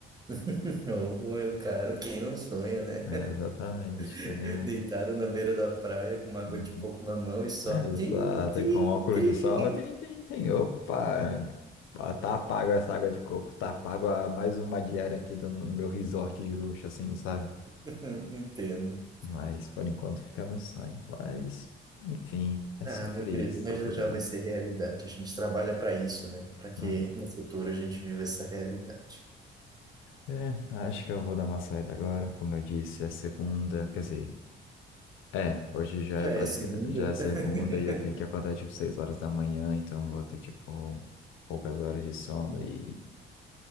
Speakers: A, on the right; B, on the left.
A: <laughs> Ô, meu caro, quem não sonha, né?
B: É, exatamente,
A: <laughs>
B: tá ligado?
A: Deitado na beira da praia com uma água
B: Uhum.
A: de coco na mão e só
B: É, exato,
A: trim, trim,
B: e com óculos
A: trim.
B: de sol, tem, tem, tem. Opa! Ah, Tá pago essa água de coco, tá pago a mais uma diária aqui do, no meu resort de luxo, assim, sabe?
A: <laughs> Entendo.
B: Mas por enquanto fica no sangue. Mas, enfim, é
A: Ah,
B: sobre
A: meu querido,
B: isso,
A: mas
B: tá tudo
A: já já
B: bem.
A: vai ser realidade. A gente trabalha para isso, né? Para que
B: né?
A: no futuro a gente viva essa realidade.
B: É, acho que eu vou dar uma saída agora. Como eu disse, é segunda, quer dizer, é, hoje já
A: Já
B: é basic-
A: é segunda.
B: já é segunda
A: <laughs>
B: e eu tenho que acordar tipo 6 horas da manhã, então eu vou ter tipo poucas horas de sono e